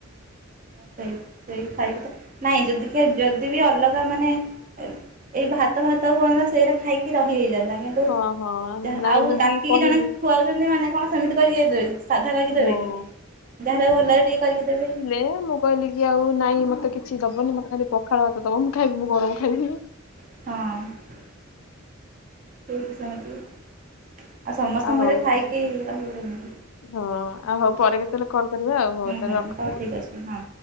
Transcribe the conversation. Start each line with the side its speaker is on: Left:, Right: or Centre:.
Right: ସେଇ ସେଇ ଖାଇକି ତ ନାଇଁ ଯଦି ଖା-ଯଦି ବି ଅଲଗା ମାନେ ଏ ଏଇ ଭାତ ଭାତ ହୁଅନ୍ତା ସେଇଟା ଖାଇକି ରହି ହେଇଯାନ୍ତା, କିନ୍ ତୁ
Left: ହଁ ହଁ
Right: ଯାହା
Left: ନାଇଁ
Right: ଆଉ
Left: ମୁଁ
Right: ଡାକିକି
Left: ବି କହିଲି
Right: ଜଣେ ଖୁଆଉଛନ୍ତି ମାନେ କଣ ସେମିତି କରିକି ଦେଇ ଦେବେକି। ସାଧା କରିକି
Left: ହଁ।
Right: ଦେବେ କି ଯାହା ହେଲେ ବି ଭଲ ରେ ଟିକେ କରିକି ଦେବେ।
Left: ଲେ ମୁଁ କହିଲି କି ଆଉ ନାଇଁ ମୋତେ କିଛି ଦବନି, ମୋତେ ଖାଲି ପଖାଳ ଭାତ ଦବ ମୁଁ ଖାଇବି, ମୁଁ ଗରମ ଖାଇବିନି।
Right: ହଁ। ସିଏ ବି ସେମିତି ଆଉ ସମସ୍ତଙ୍କ
Left: ଆଉ ହଉ
Right: ଘରେ ଖାଇକି
Left: ତାହେଲେ
Right: ରହିହବ କେମତି।
Left: ହଁ ଆଉ ହଉ ପରେ କେତେଲେ କଲ୍ କରିବା ଆଉ ହଉ ତାହେଲେ
Right: ହୁଁ
Left: ରଖୁଚୁ।
Right: ହଉ ଠିକ୍ ଅଛି ହଁ